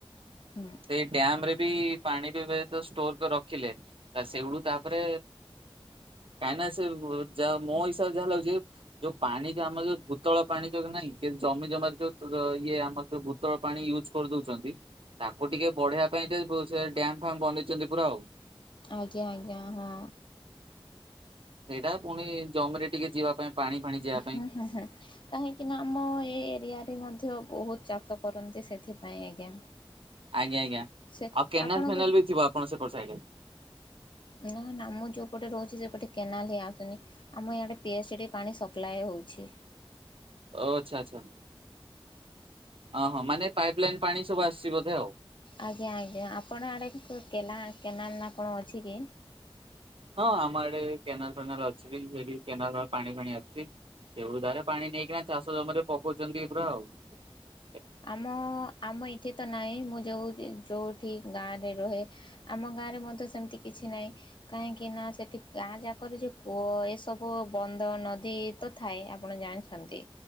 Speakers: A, on the left; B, on the right.
A: ହୁଁ
B: ସେଇ ଡ୍ୟାମ ରେ ବି ପାଣି ବ୍ୟ ସେ ଯୋଉ ଷ୍ଟୋରକରି ରଖିଲେ ସେଇଗୁୁ ତାପରେ କାହିଁନା ସେ ଯ ମୋ ହିସାବରେ ଯାହା ଲାଗୁଛି ଯୋଉ ପାଣି ଯୋଉ ଆମ ଯୋଉ ଭୂତଳ ପାଣି ଯୋଉ ନାଇଁ ଜମି ଜମା ଯୋଉ ଇଏ ଆମର ଯୋଉ ଭୁତଳ ପାଣି ୟୁଜ୍ କରିଦଉଛନ୍ତି ତାକୁ ଟିକେ ବଢେଇବା ପାଇଁ ସେ ଡ୍ୟାମ ଫ୍ୟାମ ବନେଇଛନ୍ତି ପୁରା ଆଉ।
A: ଆଜ୍ଞା ଆଜ୍ଞା ହଁ
B: ସେଇଟା ପୁଣି ଜମରେ ଟିକେ ଯିବା ପାଇଁ ପାଣି ଫାଣି ଯିବା ପାଇଁ
A: ହଁ ହୁଁ ହୁଁ କାହିଁକି ନା ଆମ ଏଇ ଏରିଆ ମଧ୍ୟ ବହୁତ ଚାଷ କରନ୍ତି ସେଥିପାଇଁ ଆଜ୍ଞା।
B: ଆଜ୍ଞା ଆଜ୍ଞା
A: ସେ
B: ଆଉ କେନାଲ
A: ଆପଣ
B: ଫେନାଲ
A: ତ
B: ବି ଥିବ ଆପଣ ସେପଟ ସାଡରେ।
A: ନା ନା ମୁଁ ଯୋଉପଟେ ରହୁଛି ସେପଟେ କେନାଲ ହିଁ ଆସୁନି ଆମ ଇଆଡେ ପି ଏଚ ପାଣି ସପ୍ଲାଏ ହଉଛି।
B: ଓ ଆଚ୍ଛା ଆଚ୍ଛା ଅ ହଁ ମାନେ ପାଇପ ଲାଇନ୍ ପାଣି ସବୁ ଆସିବ ଦେଓ
A: ଆଜ୍ଞା ଆଜ୍ଞା ଆପଣ ଆଡ଼େ କଉ କେନା କେନାଲ ନା କଣ ଅଛି କି?
B: ହଁ ଆମର ଆଡେ କେନାଲ ଫେନାଲ ଅଛି। ସେଠି କେନାଲର ପାଣି ଫାଣି ଆସିୁଛି। ଏଉ ଧାରେ ପାଣି ନେଇଁ କି ନା ଚାଷ ଜମିରେ ପ <unintelligible>
A: ଆମ ଆମ ଏଠି ତ ନାହିଁ ମୁଁ ଯୋଉ ଯୋଉ ସେଠି ଗାଁ ରେ ରହେ। ଆମ ଗାଁ ରେ ମଧ୍ୟ ସେମିତି କିଛି ନାହିଁ। କାହିଁକି ନା ସେଠି ଗାଁ ଯାକରେ ଯୋଉ କୂଅ ଏସବୁ ବନ୍ଧ, ନଦୀ ତ ଥାଏ ଆପଣ ଜାଣିଛନ୍ତି।